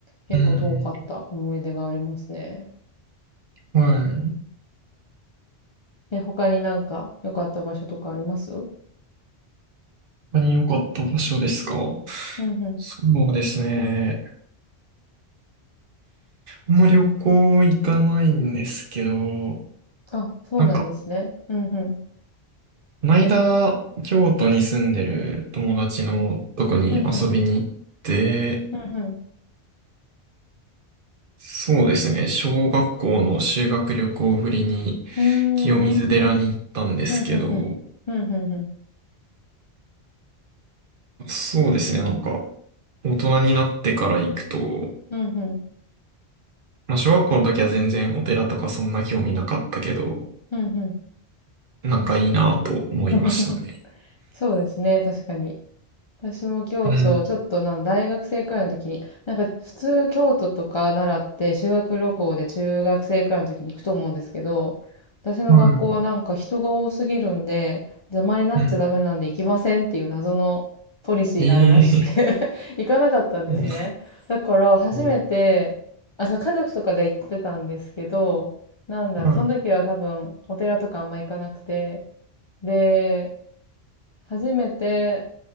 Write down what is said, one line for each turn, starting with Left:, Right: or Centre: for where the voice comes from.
Left: 結構遠かった思い出がありますね。
Right: うん。はい。
Left: え、他になんか良かった場所とかありますうん
Right: 他に良かった場所ですか
Left: うん。
Right: そうですね。あんまり旅行行かないんですけど、
Left: あ、そうなんですね。
Right: なんか、
Left: うんうん。
Right: この間、京都に住んでる友達のとこに遊びに行って、
Left: うんうん。うん
Right: そうですね。小学校の修学旅行ぶりに
Left: うん。
Right: 清水寺に行ったんですけど、
Left: うーん。うんうんうん。うんうんうん。
Right: そうですね。なんか、大人になってから行くと、
Left: うんうん。
Right: まあ、小学校の時は全然お寺とかそんな興味なかったけど、
Left: うんうん。
Right: なんかいいなと思いましたね。
Left: <laughs> そうですね、確かに。私も京都、
Right: うん。
Left: ちょっとなん大学生くらいの時に、なんか普通京都とか奈良って修学旅行で中学生くらいの時に行くと思うんですけど、私の学校はなんか人が多すぎるんで、
Right: はい。
Left: 邪魔になっちゃダメなんで行きませんっていう謎のポリシーがあるらしくて
Right: うん。いい。
Left: <laughs> 行かなかったんですね。
Right: うん。
Left: だから初めて、
Right: そう
Left: あ、その家族とかで行ってたんですけど、なんだろう、
Right: はい
Left: その時は多分お寺とかあんま行かなくて、で、初めて、